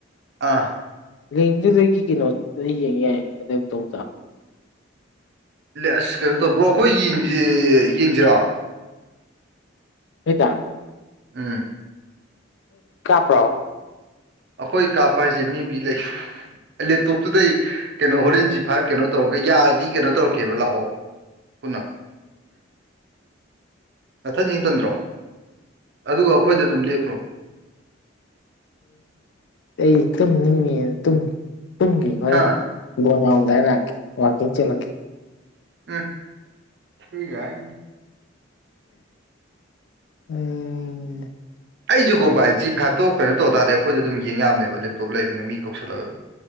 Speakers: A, on the right (about 55°); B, on the left (about 65°).
A: ꯑ
B: ꯂꯤꯡꯗꯗꯗꯒꯤ ꯀꯩꯅꯣ ꯌꯦꯡ ꯇꯧ
A: ꯑꯁ ꯀꯩꯅꯣ ꯇꯔꯕ꯭ꯔꯣ ꯑꯩꯈꯣꯏꯡ ꯌꯦꯡꯁꯤꯔꯥ
B: ꯍꯗ
A: ꯎꯝ
B: ꯀꯥꯄ꯭ꯔꯣ
A: ꯑꯩꯈꯣꯏ ꯀꯥꯞꯄ ꯍꯥꯏꯁꯦ ꯃꯤꯕꯤ ꯂꯩ ꯂꯦꯞꯇꯣꯞꯇꯨꯗꯩ ꯀꯩꯅꯣ ꯍꯣꯔꯦꯟ ꯖꯤ ꯐꯥꯏꯞ ꯀꯩꯅꯣ ꯇꯧꯔꯒ ꯌꯥꯔ ꯗꯤ ꯀꯩꯅꯣ ꯇꯧꯔꯛꯀꯦꯕ ꯂꯥꯛꯑꯣ ꯄꯨꯟꯅ ꯃꯊꯛ ꯅꯤꯡꯇꯝꯗ꯭ꯔꯣ ꯑꯗꯨꯒ ꯑꯩꯈꯣꯏꯗ ꯑꯗꯨꯝ ꯂꯦꯛꯈ꯭ꯔꯣ
B: ꯑꯩ ꯇꯨꯝꯅꯤꯡꯉꯦꯨꯡ ꯇꯨꯡꯒꯤ ꯍꯣꯔꯦꯟ
A: ꯍꯥ
B: ꯦ ꯋꯥꯀꯤꯡ ꯆꯦꯂꯦ
A: ꯎꯝ ꯊꯒ
B: ꯎꯝ
A: ꯑꯩꯖꯨꯀꯣ ꯚꯥꯏ ꯖꯤ ꯐꯥꯏꯚꯇꯣ ꯀꯩꯅꯣ ꯇꯧ ꯇꯥꯔꯗꯤ ꯑꯩꯈꯣꯏꯗ ꯑꯗꯨꯝ ꯌꯦꯡ ꯌꯥꯝꯅꯦꯕ ꯂꯦꯞꯇꯣꯞ ꯂꯩꯕꯅꯤꯅ ꯃꯤ ꯀꯧꯁꯜꯂꯒ ꯑꯗꯨꯝ